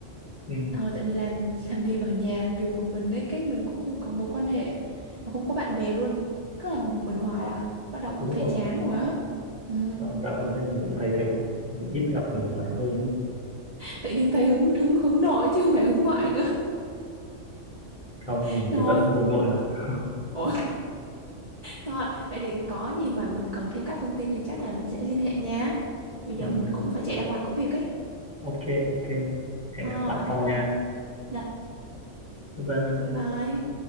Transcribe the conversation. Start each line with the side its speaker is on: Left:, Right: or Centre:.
Centre: ừ
Right: Ờ, tại vì làm làm việc ở nhà làm việc một mình ấy cái mình cũng không có mối quan hệ mà không có bạn bè luôn cứ làm một mình hoài à bắt đầu cũng
Centre: đúng
Right: thấy
Centre: rồi
Right: chán rồi á ừ.
Centre: dạo, dạo gần đây mình cũng thấy thế mình ít gặp người ngoài hơn ấy
Right: tự nhiên thấy hứng hứng hứng nội chứ không phải hứng ngoại nữa
Centre: không
Right: <laughs>
Centre: mình
Right: rồi
Centre: thì vẫn hướng nội mà <laughs>
Right: ủa rồi vậy thì có gì mà mình cần thêm các thông tin thì chắc là mình sẽ liên hệ nha bây giờ
Centre: ừ
Right: mình cũng phải chạy ra ngoài có việc ấy
Centre: ok ok hẹn
Right: ờ
Centre: gặp bạn sau nha
Right: rồi rồi
Centre: bye bye
Right: bye bye